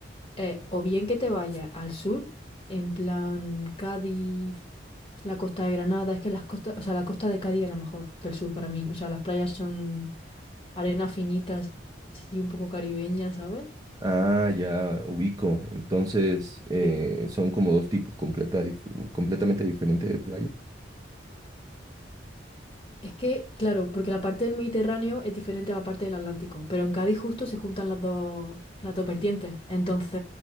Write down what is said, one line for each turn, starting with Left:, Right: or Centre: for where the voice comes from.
Left: eh, o bien que te vayas al sur, en plan Cádiz, la costa de Granada, es que las costas, o sea, la costa de Cádiz es la mejor del sur para mí. O sea, las playas son arena finitas, así un poco caribeña, ¿sabes?
Right: Ah, ya ubico. Entonces, eh,
Left: Sí.
Right: son como dos tipos completa dif- completamente diferentes de playa.
Left: Es que, claro, porque la parte del Mediterráneo es diferente a la parte del Atlántico, pero en Cádiz justo se juntan las dos, las dos vertientes, entonces